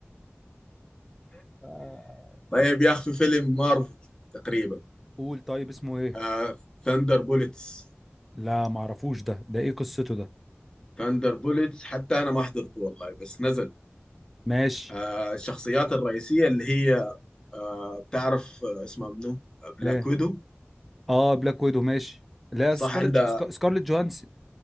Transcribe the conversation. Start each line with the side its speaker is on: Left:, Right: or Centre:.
Centre: آه،
Left: طيب يا اخي في فيلم مارفل تقريبا
Centre: قول طيب اسمه ايه
Left: آه ثاندر بوليتس
Centre: لا معرفوش ده ده ايه قصته ده
Left: ثاندر بوليتس حتى انا ما حضرته والله بس نزل
Centre: ماشي
Left: آه الشخصيات الرئيسيه اللي هي آه بتعرف آه اسمها منو بلاك
Centre: ايه
Left: ويدو
Centre: اه بلاك ويدو ماشي لا
Left: صح
Centre: سكارلت
Left: عندها
Centre: ج- سكا- سكارلت جوهانسون